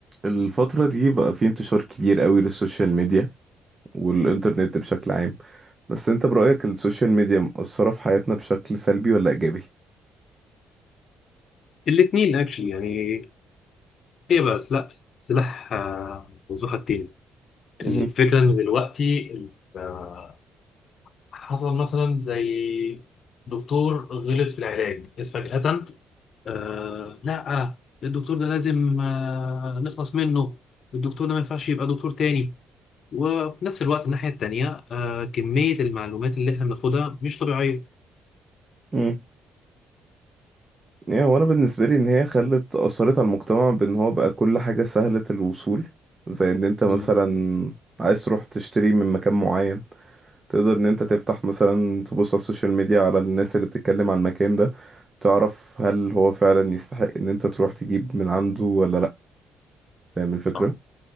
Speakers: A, on the right; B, on the left.
A: الفترة دي بقى في انتشار كبير قوي للسوشيال ميديا والإنترنت بشكل عام بس انت برأيك السوشيال ميديا مأثرة في حياتنا بشكل سلبي ولا إيجابي؟
B: الاثنين اكشلي يعني ايه بقى سلاح سلاح آه، ذو حدين الفكره
A: مهم.
B: ان دلوقتي آه، حصل مثلا زي دكتور غلط في العلاج بس فجاه آه لا الدكتور ده لازم آه نخلص منه الدكتور ده ما ينفعش يبقى دكتور تاني وفي نفس الوقت الناحيه التانيه آه كميه المعلومات اللي احنا بناخدها مش طبيعيه
A: مم. يعني هو أنا بالنسبة لي إن هي خلت أثرت على المجتمع بإن هو بقى كل حاجة سهلة الوصول زي إن أنت مثلا
B: مم.
A: عايز تروح تشتري من مكان معين تقدر إن أنت تفتح مثلا تبص على السوشيال ميديا على الناس اللي بتتكلم عن المكان ده تعرف هل هو فعلا يستحق إن أنت تروح تجيب من عنده ولا لأ فاهم الفكرة؟
B: آه،